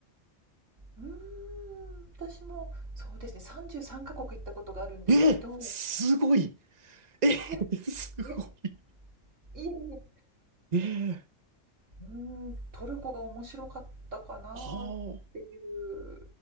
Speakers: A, on the right (about 70°); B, on the right (about 35°).
A: うーん、私もそうですね、33カ国行ったことがあるんですけど、
B: えすごいえ
A: いや、
B: <laughs> すごい
A: いや、いえいえ、
B: え
A: うーん、トルコが面白かったかなってい
B: ああー、
A: う